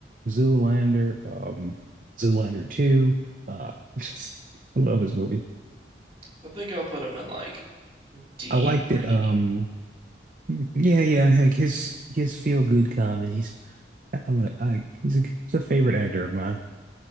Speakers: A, on the right; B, on the right.
A: Zoolander. Um, Zoolander Two. Uh, <laughs> I love his movie.
B: I think I'll put him in like D
A: I liked
B: or
A: it.
B: E.
A: Um, yeah, yeah. Like his his feel good comedies. I, I, li- I he's a he's a favorite actor of mine.